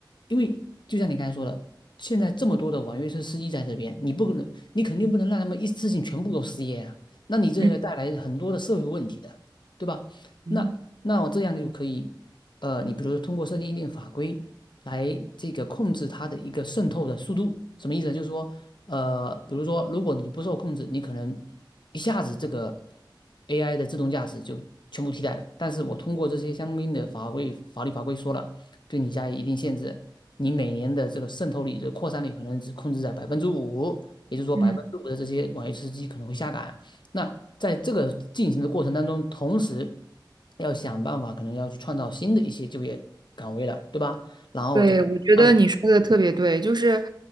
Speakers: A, on the left; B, on the right.
A: 因为就像你刚才说的，现在这么多的网约车司机在这边，你不可能，你肯定不能让他们一次性全部都失业啊，那你这会带来很多的社会问题的，
B: 嗯
A: 对吧？
B: 嗯
A: 那那我这样就可以，呃，你比如说通过设定一定法规来这个控制它的一个渗透的速度，什么意思呢？就是说，呃，比如说如果你不受控制，你可能一下子这个 AI 的自动驾驶就全部替代了。但是我通过这些相应的法规法律法规说了，对你加以一定限制，你每年的这个渗透率的扩散率可能只控制在百分之五，也就是说百分之五的这些网约车司机可能会下岗。
B: 嗯
A: 那在这个进行的过程当中，同时要想办法，可能要去创造新的一些就业岗位了，对吧？然后我就安排
B: 对，我觉得你说的特别对，就是，